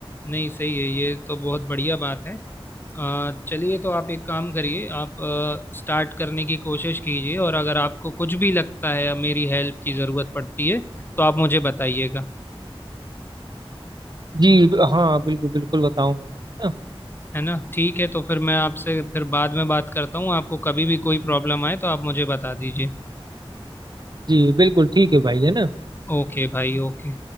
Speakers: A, on the left; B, on the right.
A: नहीं सही है ये तो बहुत बढ़िया बात है अ, चलिए तो आप एक काम करिए आप स्टार्ट करने की कोशिश कीजिए और अगर आपको कुछ भी लगता है मेरी हेल्प की ज़रूरत पड़ती है तो आप मुझे बताइएगा
B: जी ब- हाँ बिल्कुल बिल्कुल बताऊंगा है ना
A: है ना ठीक है तो फिर मैं आपसे फिर बाद में बात करता हूँ आपको कभी भी कोई प्रॉब्लम आए तो आप मुझे बता दीजिए
B: जी बिल्कुल ठीक है भाई है ना
A: ओके भाई ओके